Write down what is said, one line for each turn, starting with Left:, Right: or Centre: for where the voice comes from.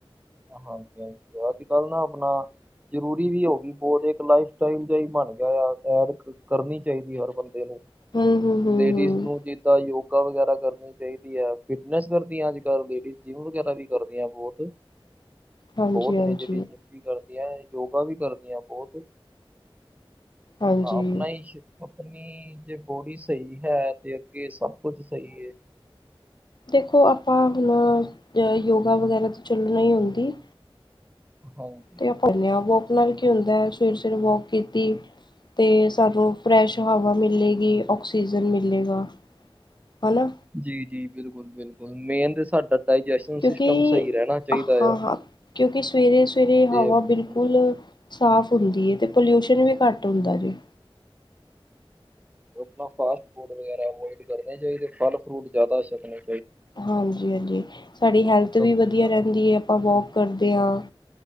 Right: ਹਾਂਜੀ-ਹਾਂਜੀ, ਅੱਜ-ਕੱਲ੍ਹ ਨਾ ਆਪਣਾ ਜਰੂਰੀ ਵੀ ਹੋਗੀ, ਬਹੁਤ ਇੱਕ ਲਾਈਫ ਸਟਾਈਲ ਜਿਆ ਈ ਬਣ ਗਿਆ ਦੇ ਸੈਰ ਕਰਨੀ ਚਾਹੀਦੀ ਐ, ਹਰ ਬੰਦੇ ਨੂੰ
Left: ਹੂੰ ਹੂੰ ਹੂੰ
Right: ਲੇਡੀਜ਼
Left: ਹੂੰ
Right: ਨੂੰ ਜਿੱਦਾਂ ਯੋਗਾ ਵਗੈਰਾ ਕਰਨੀ ਚਾਈਦੀ ਐ, ਫਿਟਨੈਸ ਕਰਦੀਆਂ ਅੱਜ-ਕੱਲ ਲੇਡੀਜ਼ ਜਿੰਮ ਵਗੈਰਾ ਵੀ ਕਰਦੀਆਂ ਬਹੁਤ।
Left: ਹਾਂਜੀ
Right: ਬਹੁਤ
Left: ਹਾਂਜੀ
Right: ਨੇ ਜੇੜੀ ਜਿੰਮ ਵੀ ਕਰਦੀਆਂ, ਯੋਗਾ ਵੀ ਕਰਦੀਆਂ ਬਹੁਤ।
Left: ਹਾਂਜੀ
Right: ਨਾ ਆਪਣਾ ਹੀ, ਆਪਣੀ ਜੇ ਬੋਡੀ ਸਹੀ ਹੈ, ਤੇ ਅੱਗੇ ਸਭ ਕੁਝ ਸਹੀ ਹੈ।
Left: ਦੇਖੋ ਆਪਾਂ ਹੁਣ ਯੋਗਾ, ਵਗੈਰਾ ਤਾਂ ਚੱਲਣਾ ਹੀ ਹੁੰਂਦੀ।
Right: ਹਾਂ,
Left: ਤੇ ਆਪ ਆਪਦੇ ਆਪ ਵੋਕ ਨਾਲ ਕੀ ਹੁੰਦਾ ਹੈ, ਸਵੇਰ-ਸਵੇਰੇ ਵੋਕ ਕੀਤੀ। ਅਤੇ ਸਾਨੂੰ ਫਰੈਸ਼ ਹਵਾ ਮਿਲੇਗੀ, ਔਕਸੀਜਨ ਮਿਲੇਗਾ। ਹਨਾ,
Right: ਜੀ ਜੀ ਬਿਲਕੁਲ-ਬਿਲਕੁਲ ਮੇਨ ਤੇ ਸਾਡਾ। ਡਾਈਜੈਸ਼ਨ
Left: ਕਿਉਂਕਿ
Right: ਸਿਸਟਮ ਸਹੀ ਰਹਿਣਾ ਚਾਹੀਦਾ
Left: ਹਾਂ-ਹਾਂ
Right: ਆ
Left: ਕਿਉਂਕਿ ਸਵੇਰੇ-ਸਵੇਰੇ ਹਵਾ
Right: ਤੇ
Left: ਬਿਲਕੁਲ ਸਾਫ ਹੁੰਦੀ ਹੈ, ਤੇ ਪੋਲਿਊਸ਼ਨ ਵੀ ਘੱਟ ਹੁੰਦਾ ਜੀ।
Right: ਆਪਣਾ ਫਾਸਟ ਫੂਡ ਵਗੈਰਾ ਅਵੋਇਡ ਕਰਨੇ ਚਾਹੀਦੇ, ਫਲ ਫਰੂਟ ਜ਼ਿਆਦਾ ਸਕਣੇ।
Left: ਹਾਂਜੀ-ਹਾਂਜੀ ਸਾਡੀ ਹੈਲਥ
Right: ਸਬਜ਼ੀਆਂ
Left: ਵੀ ਵਧੀਆ ਰਹਿੰਦੀ ਹੈ, ਆਪਾਂ ਵੋਕ ਕਰਦੇ
Right: ਜੀ
Left: ਹਾਂ।